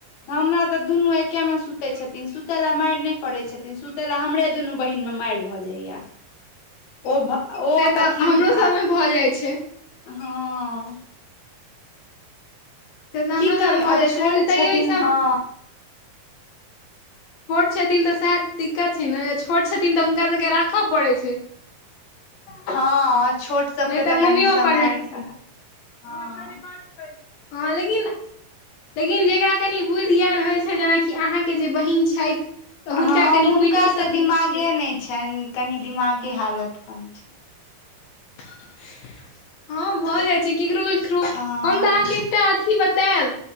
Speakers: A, on the left; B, on the left.
A: हमरा तऽ दुनू एके मे सुते छथिन, सुते ल मारि नहि करे छथिन, सुते ला हमरे दुनू बहिन मे मारि भऽ जाइया। ओ भ ओ
B: से तऽ
A: अथी
B: हमरो
A: हँ
B: सबमे भऽ जाइ छै
A: <unintelligible>
B: से त हमरा
A: की करबै
B: भऽ
A: आब
B: जाइ
A: छोट
B: छै, लेकिन तइयो
A: छथिन
B: इ सब
A: हँ
B: छोट छथिन तऽ सैह दिक्कत छोट छथिन तऽ हुनका सबके राखऽ पड़ै छै।
A: हँ, छोट सभके
B: नहि
A: तऽ कनि
B: मम्मियो
A: सम्हारि
B: पप्पा रखथिन
A: के राखब है। <unintelligible>
B: हँ लेकिन, लेकिन जेकरा कनि बुद्धि ज्ञान होइ छै, जेनाकि अहाँके जे बहीन छथि। तऽ हुनका
A: हँ
B: कनि
A: हुनका
B: कुइटो
A: तऽ
B: सकैत
A: दिमागे
B: छियै
A: नहि छनि, कनि दिमागे हालत कम छनि।
B: हँ भऽ जाइ छै, केकरो -केकरो
A: हँ
B: हम तऽ अहाँके एकटा अथी बतायब,